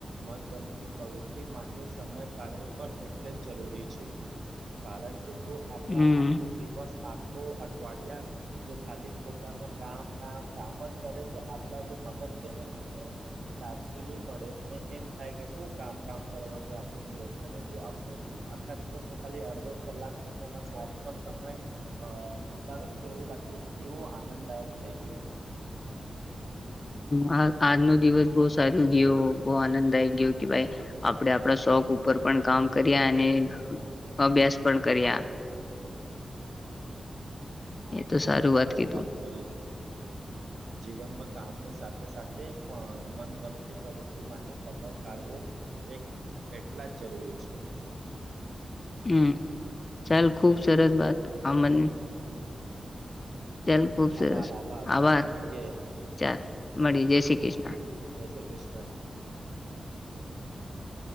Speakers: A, on the right (about 80°); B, on the left (about 35°).
A: મનગમતી પ્રવૃત્તિ માટે સમય કાઢવો પણ એટલે જ જરૂરી છે કારણ કે જો આપડા
B: હમ
A: આખો દિવસ તો અઠવાડિયા જો ખાલી પોતાનું કામ કામ કામ જ કરે તો આ પડા જે મગજ છે ને એને તાજગી નહી મળે અને એમ થાય કે શું કામ કામ કરવાનું આખો દિવસ અને જો આખું આખા દિવસ તો ખાલી અડધો જ કલાક પોતાના શોખ નો સમય અ પિતા <unintelligible> એવું લખીશ કેવું આનંદદાયક થઈ ગયુ.
B: હ આજનો દિવસ બહુ સારું ગયો બઉ આનંદદાયક ગયો કે ભાઈ આપડે આપડા શોખ ઉપ ઉપર પણ કામ કર્યા અને અભ્યાસ પણ કર્યા.
A: હા
B: એ તો
A: મેં
B: સારું
A: બહુ સારી
B: કીધું
A: વાત કરી. જીવનમાં કામ ની સાથે સાથે અ મનગમતી પ્રવૃતિ માટે સમય કાઢવો એક એટલા જ જરૂરી છે.
B: હ ચલ ખુબ સરસ વાત અમન ચાલ ખુબ સરસ
A: આભાર
B: આભાર.
A: ચાલ મળીએે
B: ચાલ મળીએ જય શ્રી કૃષ્ણ.
A: જય <unintelligible>